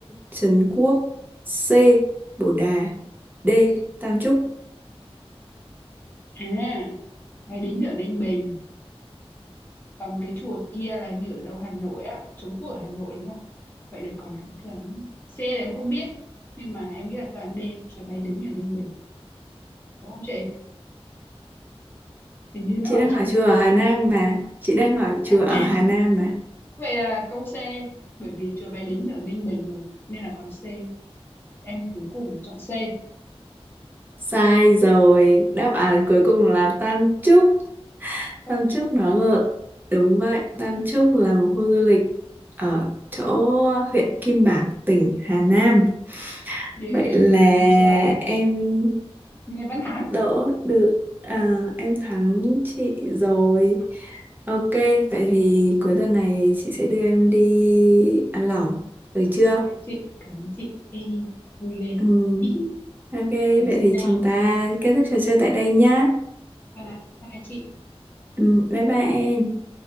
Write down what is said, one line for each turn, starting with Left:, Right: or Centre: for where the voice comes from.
Right: Trấn Quốc C. Bồ Đà D. Tam Chúc.
Left: à Máy Đính ở Ninh Bình còn cái chùa kia là như ở đâu Hà Nội á Trống Quốc ở Hà Nội đúng không vậy là còn lại là phương án C là em không biết nhưng mà em nghĩ là phương án D chùa máy Đính ở Ninh Bình đúng không chị hình như nó
Right: Chị
Left: ở
Right: đang
Left: trong
Right: hỏi chùa ở Hà Nam mà Chị đang hỏi
Left: <laughs>
Right: chùa ở Hà Nam mà
Left: Vậy là câu C, bởi vì chùa Bái Đính ở Ninh Bình rồi, nên là con C. Em cuối cùng chọn C.
Right: Sai rồi Đáp án cuối cùng là Tam Chúc.
Left: Tam
Right: Tam
Left: Trúc,
Right: Chúc nó ngược Đúng vậy Tam Chúc là một khu du lịch Ở chỗ huyện Kim Bảng tỉnh Hà Nam
Left: yeah,
Right: Vậy là
Left: em ra rồi.
Right: em
Left: Nghe Văn Hán.
Right: đỡ được à, em thắng chị rồi ok vậy thì cuối tuần này chị sẽ đưa em đi ăn lẩu được chưa
Left: Ok chị, cảm ơn chị. Hi hi, vui ghê.
Right: ừ.
Left: Hi hi,
Right: ok
Left: cảm ơn
Right: vậy
Left: chị
Right: thì
Left: nha.
Right: chúng ta kết thúc trò chơi tại đây nhá
Left: Bye bye chị.
Right: ừ, bye bye em